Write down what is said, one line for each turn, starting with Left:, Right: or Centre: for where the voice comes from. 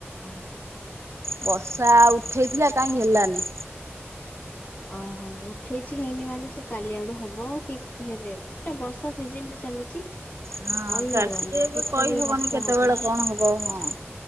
Left: ଅହୋ
Right: ବର୍ଷା ଉଠେଇଥିଲା କାହିଁ ହେଲାନି।
Left: ଓହୋ, ଉଠେଇଛି ହେଇନି ମାନେ ସେ କାଲି ଆଡୁ ହବ କି ଫେର ବର୍ଷା ସିଜନରେ ଚାଲିଛି
Right: ହଁ
Left: କହିହବନି
Right: ଚାଲିଛି ଏବେ
Left: କେତେବେଳେ
Right: କହିହବନି
Left: ବର୍ଷା
Right: କେତେବେଳେ
Left: ହବ
Right: କ'ଣ ହବ ହଁ।